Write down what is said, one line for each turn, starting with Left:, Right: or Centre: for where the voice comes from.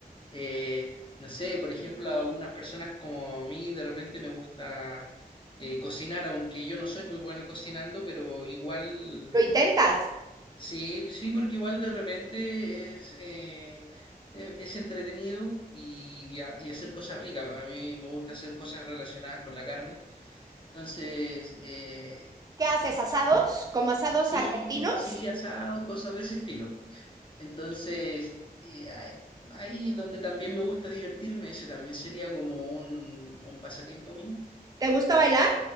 Left: eh, no sé, por ejemplo, a algunas personas como a mí de repente me gusta eh, cocinar, aunque yo no soy muy bueno cocinando, pero igual
Right: ¿Lo intentas?
Left: Sí, sí, porque igual de repente es, eh, e- es entretenido y, a- y hacer cosas ricas. A mí me gusta hacer cosas relacionadas con la carne. Entonces, eh,
Right: ¿Qué haces? ¿Asados? ¿Como asados
Left: sí,
Right: argentinos?
Left: sí, asados, cosas de ese estilo. Entonces, eh, ahí ahí donde también me gusta divertirme, ese también sería como un, un pasatiempo mío.
Right: ¿Te gusta bailar?